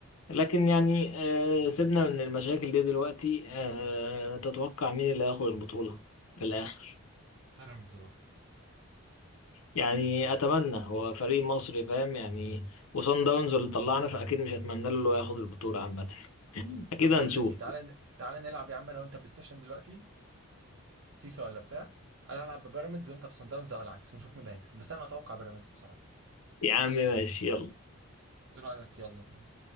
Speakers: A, on the left; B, on the right.
A: لكن يعني آه، سيبنا من المشاكل دي دلوقتي آه، تتوقع مين اللي هياخد البطولة في الآخر
B: بيراميدز برضه
A: يعني أتمنى هو فريق مصري فاهم يعني وصن داونز اللي طلعنا فأكيد مش هتمنى له إنه ياخد البطولة عامة <laughs> أكيد
B: طب
A: هنشوف
B: بقول لك ايه تعالى ن- تعالى نلعب يا عم انا وانت بلاي ستيشن دلوقتي فيفا ولا بتاع انا العب ببيراميدز وانت بسان داونز او العكس ونشوف مين اللي هيكسب بس انا اتوقع بيراميدز بصراحة
A: يا عم ماشي يلا
B: ايه رأيك يلا بينا